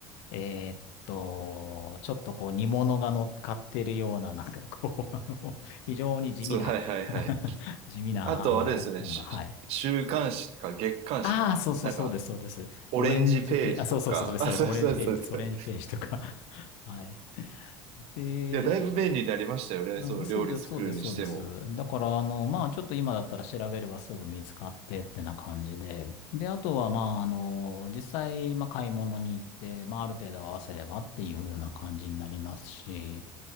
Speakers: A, on the left (about 70°); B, on the right (about 60°).
A: えーっと、ちょっとこう煮物が乗っかってるような、なんかこう、あの、非常に地味な
B: そう、はいはいはい。
A: <laughs> 地味な、
B: あと、
A: あの、
B: あれですよね。
A: 本が、
B: し週刊誌か月刊誌か。
A: はい。ああ、そうそうそうです、
B: なんか、
A: そうです。
B: オレンジページとか。
A: オレンジページ、あ、そうそうそう、それそれ、
B: あ、そうそうそうですかね。
A: オレンジページです、オレンジページとか <laughs> はい。で、
B: いや、だいぶ便利になりましたよね。
A: うん、
B: その料理作るにしても。
A: そうです、そうです、そうです。だから、あの、まあ、ちょっと今だったら調べればすぐ見つかってってな感じで。で、あとは、まあ、あの、実際、まあ、買い物に行って、まあ、ある程度合わせればっていうような感じになりますし、